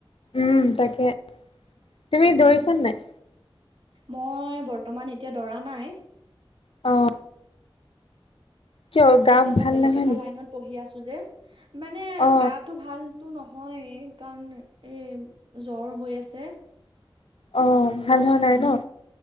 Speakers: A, on the left; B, on the right.
A: উম তাকে তুমি
B: উম,
A: দৌৰিছা নাই।
B: মই বৰ্তমান এতিয়া দৰা নাই।
A: অ। কিয় গা
B: এতিয়া মই
A: ভাল
B: বেলেগ
A: নহয়
B: এটা
A: নেকি
B: লাইনত পঢ়ি আছো যে, মানে
A: অ
B: গাটো ভালতো নহয় কাৰণ এই জ্বৰ হৈ আছে।
A: অ
B: অলপ
A: ভাল হোৱা নাই ন।